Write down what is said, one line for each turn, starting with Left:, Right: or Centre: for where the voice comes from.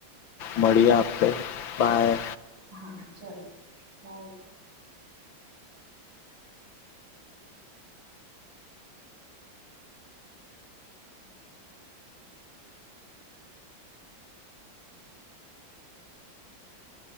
Left: મળીએ આપડે બાય
Right: હા ચલો બાય.